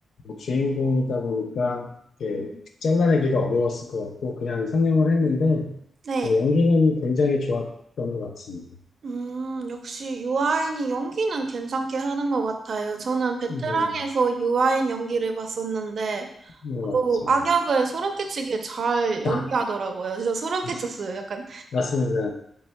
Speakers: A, on the left; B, on the right.
A: 뭐 주인공이다 보니까 이렇게 잘라내기가 어려웠을 것 같고 그냥 상영을 했는데
B: 네.
A: 뭐 연기는 굉장히 좋았던 것 같습니다.
B: 음, 역시 유아인이 연기는 괜찮게 하는 것 같아요. 저는 베테랑에서
A: 뭐,
B: 유아인 연기를 봤었는데,
A: 뭐
B: 어,
A: 맞죠.
B: 악역을 소름 끼치게 잘
A: 아,
B: 연기하더라고요. 진짜 소름
A: 맞-
B: 끼쳤어요. 약간
A: 맞습니다.